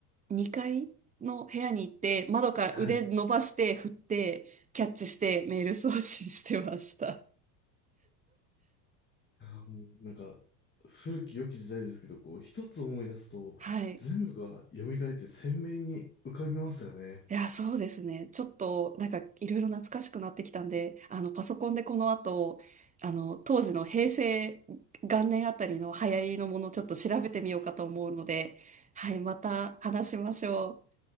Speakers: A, on the right; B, on the left.
A: 2階の部屋に行って、窓から腕伸ばして、
B: はい。
A: 振って、キャッチしてメール送信してました。
B: あー、もうなんか、古き良き時代ですけど、こう、一つ思い出すと、
A: はい。
B: 全部が蘇って鮮明に浮かびますよね。
A: いや、そうですね。ちょっと、なんか、いろいろ懐かしくなってきたんで、あの、パソコンでこの後、あの、当時の平成元年あたりの流行りのものをちょっと調べてみようかと思うので、はい、また話しましょう。